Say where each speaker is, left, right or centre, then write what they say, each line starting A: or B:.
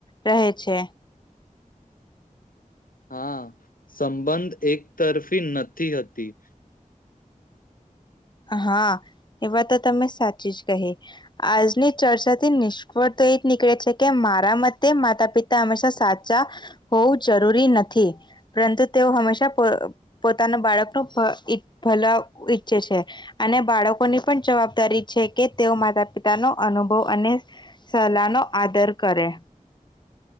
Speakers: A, on the left; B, on the left.
A: રહે છે.
B: હા સંબંધ એક તરફી ન થી હતી.
A: હા એવા તો તમે સાચી જ કહી. આજની ચર્ચા થી નિષ્ફળ તો એ જ નીકળે છે કે મારા મતે માતા પિતા હંમેશા સાચા હોવું જરૂરી નથી પરંતુ તેઓ હંમેશા પોતાના બાળકનું ભલ ઈચ્છે છે અને બાળકોની પણ જવાબદારી છે કે તેઓ માતા પિતાનો અનુભવ અને સલાહનો આદર કરે.